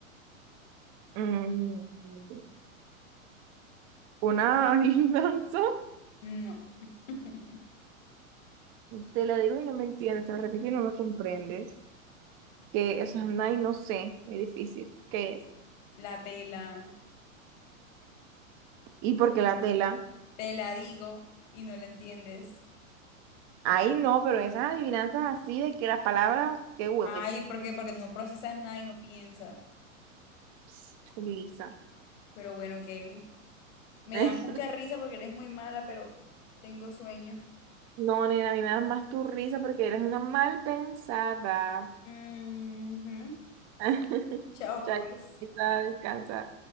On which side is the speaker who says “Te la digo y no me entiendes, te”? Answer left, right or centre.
Right